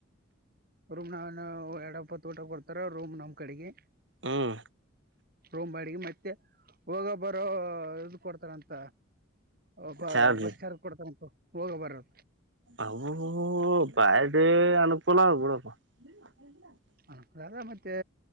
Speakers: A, on the right; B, on the right.
A: ರೂಮ್ ನಾ ನಾವ ಎರಡವಪ್ಪತ್ತು ಊಟ ಕೊಡ್ತಾರಾ ರೂಮ್ ನಮ್ ಕಡೆಗೆ
B: ಹ್ಮ್
A: ರೋಮ್ ಬಾಡಿಗೆ ಮತ್ತೆ ಹೋಗೋ ಬರೋ ಇದು ಕೊಡ್ತಾರಂತ. ಒಬ್ಬ
B: ಚಾರ್ರಿ
A: ಬಸ್ ಚಾರ್ಜ್ ಕೊಡ್ತಾರಂತ ಹೋಗ್ ಬರೋರ.
B: ಅಬ್ಬಬ್ಬ ಬಾರಿ ಅನುಕೂಲ ಆದ ಬಿಡುಪಾ. <inaudible>
A: ಅನುಕೂಲ ಆದ್ರ ಮತ್ತೆ